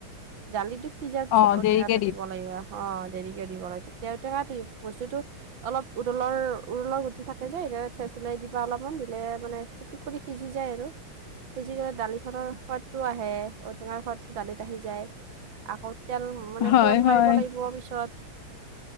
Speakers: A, on the right; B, on the left.
A: দালিটো সিজাৰ পিছত
B: অ
A: ঔ
B: দেৰিকে
A: টেঙাটো
B: দিম
A: দিব লাগিব। অ দেৰিকে দিব লাগে তেতিয়া চহা তি বস্তুটো অলপ উৰলৰ উৰলৰ গুটি থাকে যে এ ঠেঠেলিয়াই দিবা অলপমান দিলে মানে পুতুকৰি সিজি যায় আৰু সিজি গ'লে দালিখনৰ সোৱাদটো আহে ঔ টেঙাৰ সোৱাদটো দালিত আহি যায় আকৌ তেল মানে
B: হয়
A: ফুৰণ
B: হয়
A: মাৰিব লাগিব পিছত।